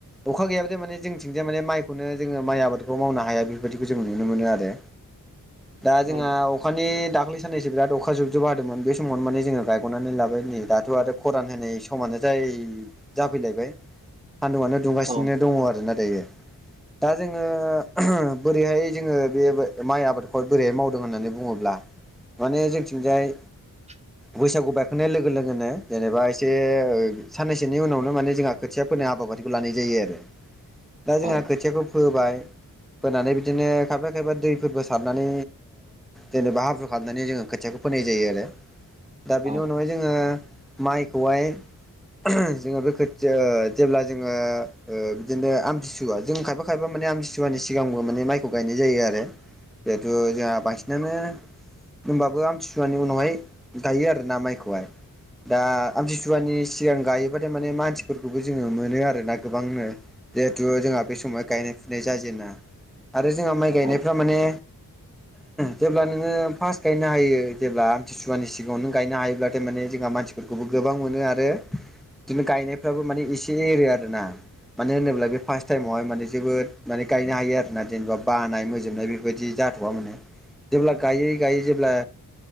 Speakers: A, in the centre; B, on the right.
A: अखा गैयाब्लाथाय माने जोंथिंजाय माने माइखौनो जोङो माइ आबादखौ मावनो हाया बेबायाददिखौ जों नुनो मोनो आरो दा जोंहा
B: औ
A: अखानि दाख्लै साननैसो बिराद अखा जोबजोबबो हादोंमोन बे समावनो माने जोङो गायग'नानै लाबाय नै दाथ' आरो खरान होनाय समानो जाय जाफैलायबाय सान्दुआनो दुंगासिनो
B: औ
A: दङ आरोना दायो दा जोङो बोरैहाय जोङो बे माइ आबादखौ बोरैहाय मावदों होननानै बुङोब्ला माने जोंथिंजाय
B: <inaudible>
A: बैसागु बायखांनाय लोगो लोगोनो जेनेबा एसे साननैसोनि उनावनो माने जोंहा खोथिया फोनाय हाबाफारि लानाय जायो आरो दा जोंहा
B: औ औ
A: खोथियाखौ फोबाय फोनानै बिदिनो खायफा खायफा दैफोरबो सारनानै जेनेबा हाब्रु खालामनानै जोङो खोथियाखौ फोनाय जायो आरो दा बेनि
B: औ
A: उनावहाय जोङो माइखौहाय जोङो बे खोथिया जेब्ला जोङो बिदिनो आमथिसुवा जों खायफा खाय फायबा माने आमथिसुवानि सिगांबो माने माइखौ गायनाय जायो आरो जिहेथु जोंहा बांसिन नोङो होनबाबो आमथिसुवानि उनावहाय गायो आरो ना माइखौहाय दा आमथिसुवानि सिगां गायोबाथाय माने मानसिफोरखौबो जोङो मोनो आरोना गोबांनो जिहेथु जोंहा बे समाव गायनाय फुनाय जाजेा आरो जोंहा माइ
B: औ
A: गायनायफ्रा माने जेब्ला नोङो फार्स्ट गायनो हायो जेब्ला आमथिसुवानि सिगाङाव नों गायनो हायोब्ला थारमाने जोंहा मानसिखौ फोरखौबो गोबां मोनो आरो बिदिनो गायनायफ्राबो माने एसे एरो आरोना मान होनोब्ला बे फार्ट टाइमावहाय जोबोद माने गायनो हायो आरोना जेनेबा बानाय मोजोबनाय बेफोरबायदि जाथ'वा माने जेब्ला गायै गायै जेब्ला